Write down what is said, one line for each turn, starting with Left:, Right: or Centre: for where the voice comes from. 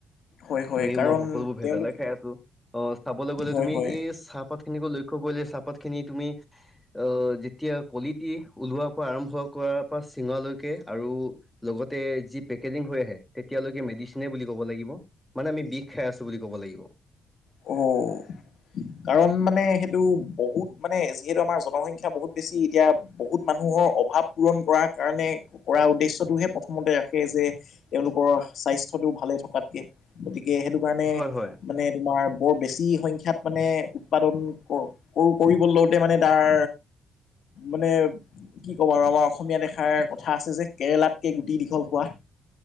Left: হয় হয়
Centre: তুমি
Left: কাৰণ
Centre: মই সকলোবোৰ
Left: তেওঁলোকে
Centre: ভেজালে খাই আছো অহ চাবলৈ গলে
Left: হয়
Centre: তুমি
Left: হয়
Centre: এই চাহপাত, চাহপাতখিনিক লক্ষ্য কৰিলে চাহপাত খিনি তুমি অহ যেতিয়া। কলিটি ওলোৱাৰ পৰা আৰম্ভ কৰাৰ পৰা চিঙালৈকে আৰু লগতে যি পেকেটিং হৈ আহে তেতিয়ালৈকে মেডিচিনে বুলি কব লাগিব। মানে আমি বিষ খাই আছো বুলি ক'ব লাগিব।
Left: অহ, কাৰণ মানে সেইটো বহুত মানে যিহেতু আমাৰ জনসংখ্যা বহুত বেছি এতিয়া। বহুত মানুহৰ অভাৱ পূৰণ কৰাৰ কাৰণে কৰা উদ্দেশ্যয়টোহে প্ৰথমতে ৰাখে যে। তেওঁলোকৰ স্বাস্থ্যটো ভালে থকাতকে গতিকে সেইটো কাৰণে
Centre: হয় হয়
Left: মানে, তোমাৰ বৰ বেছি সংখ্যাত মানে উৎপাদন কৰ, কৰ কৰিব লওঁতে মানে তাৰ মানে। কি ক'ব আৰু আমাৰ অসমীয়াত এখাৰ কথা আছে যে কেৰেলাতকে গুটি দীঘল হোৱা।